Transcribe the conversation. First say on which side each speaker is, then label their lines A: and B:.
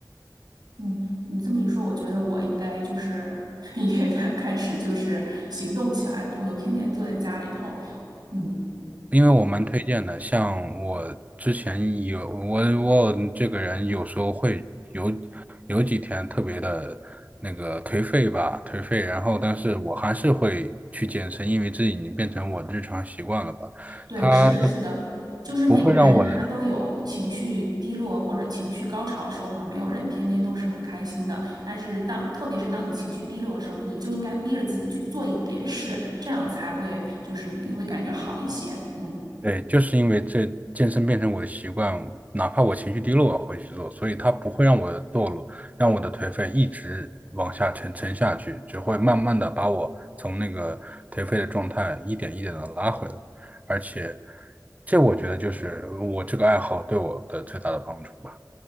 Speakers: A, on the right; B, on the right.
A: 嗯，你这么一说，我觉得我应该就是 <laughs> 也开开始就是行动起来，不能天天坐在家里头。嗯，
B: 因为我蛮推荐的，像我之前有我我这个人有时候会有有几天特别的那个颓废吧，颓废，然后但是我还是会去健身，因为这已经变成我日常习惯了吧，
A: 对，
B: 它
A: 是的，是的，就是每个人他都有情绪低落或者情绪高潮的时候嘛，
B: 不会让我
A: 没有人天天都是很开心的。但是当特别是当你情绪低落的时候，你就应该逼着自己去做一点事，这样才会就是你会感觉好一些。嗯
B: 对，就是因为这健身变成我的习惯，哪怕我情绪低落，我会去做，所以它不会让我的堕落，让我的颓废一直往下沉沉下去，只会慢慢的把我从那个颓废的状态一点一点的拉回来。而且，这我觉得就是我这个爱好对我的最大的帮助吧。